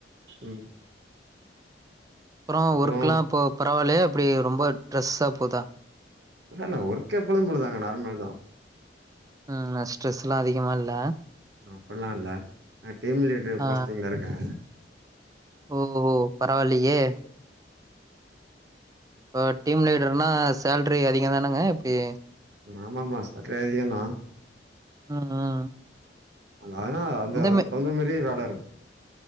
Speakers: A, on the right; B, on the right.
A: ம்
B: அப்பறொ
A: அப்புறோ
B: ஒர்க்குல்லா இப்ப பரவால்லையா எப்டி ரொம்ப ட்ரெஸ்ஸா போதா
A: இல்லல்ல ஒர்க் எப்பொழுது போல தா நார்மல் தா
B: ம் ந ஸ்ட்ரெஸ் ல்லா அதிகமா இல்ல
A: அப்புட்ல்லா இல்ல நா டீம் லீட்ரு
B: ஆ
A: போஸ்டிங்ல இருக்கே
B: ஓ ஓ பரவால்லெயே இப்போ டீம் லீடருனா சேல்ட்ரி அதிகந் தானங்க எப்டி
A: ஆமா ஆமா சேல்ட்ரி அதிகந்தா
B: ம் ம்
A: அ அதனா அந்த
B: எந்த
A: அதுக்கு
B: மே
A: தகுந்த மாரியே வேல இருக்